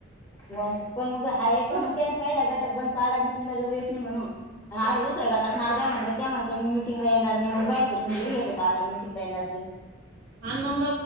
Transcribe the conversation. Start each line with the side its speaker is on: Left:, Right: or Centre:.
Left: मग पण मग आहे
Right: कुठं.
Left: पण मग काय पाहिल्या गटात बंद पाला मिटिंगला जाऊ येत नाही म्हणून. <unintelligible> गटात नाव द्या म्हनले त्या म्हणी मी मिटींगला येणार नाही म्हण <unintelligible> मिटिंगला येणार नाही.
Right: आणि मंग